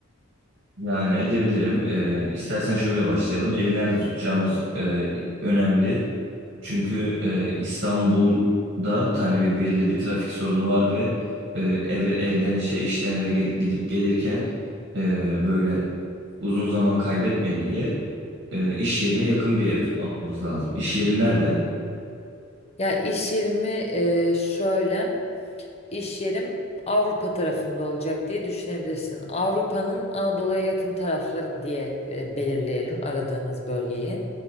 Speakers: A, on the right; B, on the left.
A: Yani edebilirim. Ee, istersen şöyle başlayalım. Evi nerede tutacağımız e, önemli. Çünkü e, İstanbul'da tane bir belli bir trafik sorunu var ve e, eve evden işe işten eve ge- gidip gelirken e, böyle uzun zaman kaybetme diye e, iş yerine yakın bir ev tutmamız lazım. İş yerin nerede?
B: Ya iş yerimi eee, şöyle. İş yerim Avrupa tarafında olacak diye düşünebilirsin. Avrupa'nın Anadolu'ya yakın tarafları diye e, belirleyelim aradığımız bölgeyi.